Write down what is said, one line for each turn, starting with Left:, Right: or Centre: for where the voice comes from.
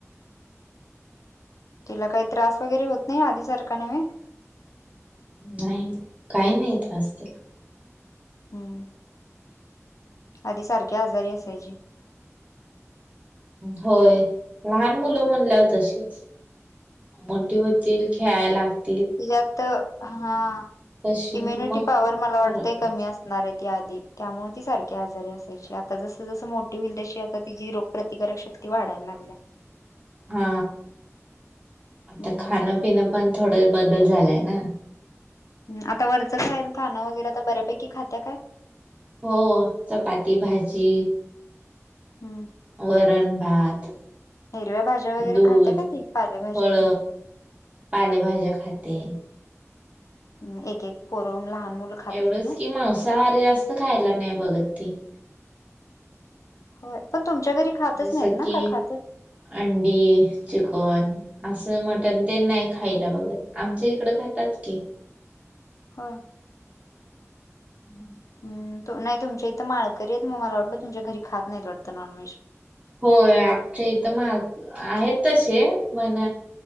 Left: तिला काही त्रास वगैरे होत नाही. आधी सारखा नव्हे.
Right: नाही. काही नाही त्रास तिला.
Left: हम्म. आधी सारखी आजारी असायची.
Right: होय. लहान मुलं म्हणल्यावर तशीच. मोठी होती- ल खेळायला लाग-
Left: यात, हा.
Right: तशी
Left: इम्युनिटी
Right: मग
Left: पॉवर मला वाटतय
Right: फरक पडतो
Left: कमी अस- णार ए ती आधी. त्यामुळे ती सारखी आजारी असायची. आता जसं जसं मोठी होईल तशी आता तिची रोगप्रति- प्रतिकारक शक्ती वाढायला लागल्या.
Right: हा. आता
Left: हम्म
Right: खाणं पिण पण थोडा बदल झालाय ना?
Left: ह. आता वरचं <unintelligible> खाणं वगैरे तर बऱ्यापैकी खात्या का?
Right: हो. चपाती भाजी-
Left: हा.
Right: वरण भात.
Left: हिरव्या भाज्या वगैरे
Right: दूध
Left: खाते का ती? पालेभाज्या
Right: फळ
Left: तेन.
Right: पालेभाज्या खाते.
Left: हम्. एक एक- पोरं लहान मुलं खात
Right: एवढंच
Left: नाहीत ग
Right: कि मांसाहार जास्त खायला नाही बघत ती.
Left: होय. पण तुमच्या घरी- खातच
Right: जसं
Left: नाहीत ना
Right: की
Left: का खातात
Right: अंडी. चिकन असं मटण ते नाही खायला बघत. आमच्या इकडं खातात की.
Left: हो.
Right: हम्म.
Left: हं. नाही तुमच्या इथं माळकरी येत म मला वाटलं तुमच्या घरी खात नाहीत वाटतं नॉनव्हेज.
Right: होय. आमच्या इथं माळ आहेत तसे पण-